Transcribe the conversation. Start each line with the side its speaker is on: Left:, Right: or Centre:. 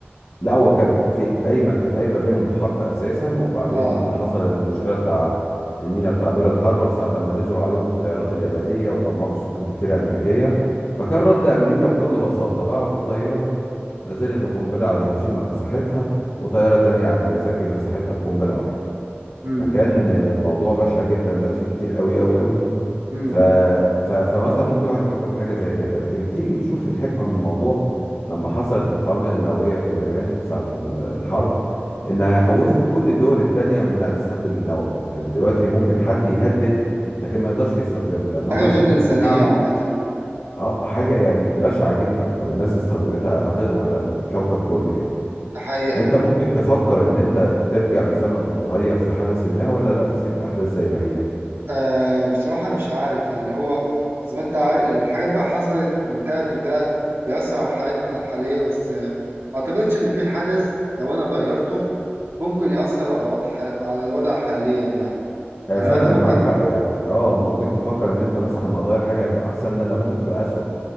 Left: لا هو كان في قايمه كانت قايمه بينهم حرب اساسا وبعدين
Right: اه
Left: حصل المشكله بتاع المينا بتاع بيرل هاربر ساعه ما نزلوا عليهم بالطيارات اليابانيه ودمروا سفن كتيره امريكيه فكان رد امريكا بكل بساطه بعتوا طياره نزلت القنبله على هيروشيما مساحتها وطياره تانية على ناجازاكي مساحتها بقنبله واحده
Right: امم
Left: فكان آه، موضوع بشع جدا مات فيه كتير قوي قوي قوي
Right: امم
Left: ف... ف... فمثلا ممكن الواحد يفكر في حاجة زي كده لكن تيجي تشوف الحكمة من الموضوع لما حصلت القنابل النووية في اليابان ساعة ال- الحرب إنها خوفت كل الدول التانية من إنها تستخدم النووي يعني دلوقتي ممكن حد يهدد لكن ما يقدرش يستخدمه لأن هم
Right: حاجه
Left: شافوا
Right: غير انسانيه
Left: البشاعة
Right: عامه
Left: اه حاجة يعني بشعة جدا لو الناس
Right: امم
Left: استخدمتها هتقضي على الكوكب كله يعني
Right: ده حقيقه
Left: انت ممكن تفكر ان انت ترجع بالزمن وتغير في حدث ما ولا لا تسيب الاحداث زي ما هي
Right: آه بصراحة مش عارف يعني هو زي ما انت عارف الحاجات بقى حصلت وانتهت وده بيأثر على حياتنا الحالية بس آه ما أعتقدش إن في حدث لو أنا غيرته ممكن يأثر على الوضع على الوضع حاليا يعني
Left: آه،
Right: يعني
Left: فعلا
Right: انت ممكن
Left: معاك حق يعني اه ممكن تفكر ان انت مثلا ما تغير حاجه هتبقى احسن لا ده ممكن تبقى اسوأ